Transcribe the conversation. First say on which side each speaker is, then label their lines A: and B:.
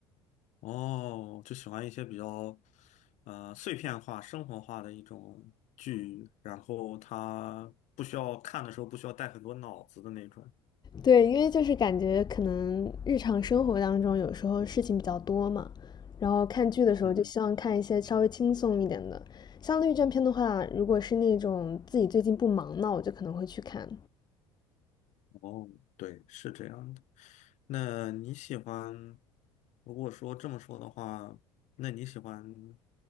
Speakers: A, on the left (about 60°); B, on the left (about 30°).
A: 哦，就喜欢一些比较呃碎片化、生活化的一种剧，然后它不需要看的时候不需要带很多脑子的那种。
B: 对，因为就是感觉可能日常生活当中有时候事情比较多嘛，然后看剧的时候就希望看一些稍微轻松一点的。
A: 嗯嗯。
B: 像律政片的话，如果是那种自己最近不忙，那我就可能会去看。
A: 哦，对，是这样的。那你喜欢，如果说这么说的话，那你喜欢，